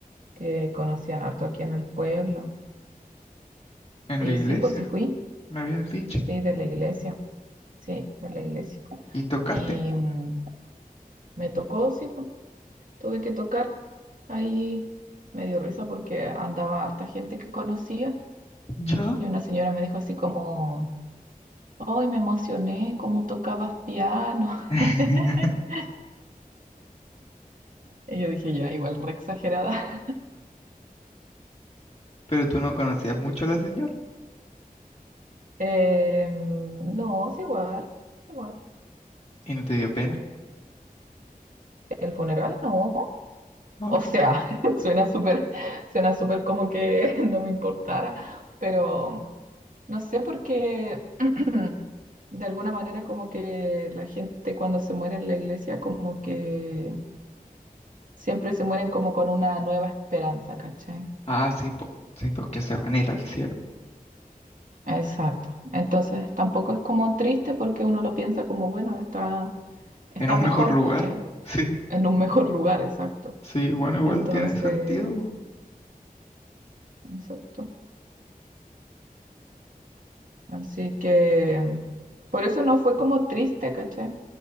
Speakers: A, on the right; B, on the left.
A: que conocían harto aquí en el pueblo?
B: En
A: Y
B: la iglesia,
A: sí, pues sí fui,
B: me habías dicho.
A: sí, de la iglesia, sí, de la iglesia.
B: ¿Y tocaste?
A: Y mm, me tocó, sí, pues tuve que tocar. Ahí me dio risa porque andaba harta gente que conocía
B: ¿Yo?
A: y una señora me dijo así como, ¡ay, me emocioné! ¿Cómo tocabas piano?
B: <laughs>
A: <laughs> Y yo dije, ya, igual re exagerada.
B: Pero tú no conocías mucho a la señora
A: Eh, mm, no, es igual, es igual.
B: y no te dio pena,
A: El funeral no.
B: ¿no?
A: O sea, <laughs> suena súper, suena súper como que <laughs> no me importara, pero no sé porque <clears throat> de alguna manera como que la gente cuando se muere en la iglesia como que siempre se mueren como con una nueva esperanza, ¿cachai?
B: Ah, sí, pues, sí, pues que se van a ir al cielo,
A: Exacto. Entonces tampoco es como triste porque uno lo piensa como, bueno, está, está
B: en un
A: mejor,
B: mejor lugar.
A: ¿cachai?
B: <laughs> Sí,
A: En un mejor lugar, exacto.
B: sí, bueno, igual
A: Entonces,
B: tiene sentido, po.
A: exacto. Así que mm, por eso no fue como triste, ¿cachai?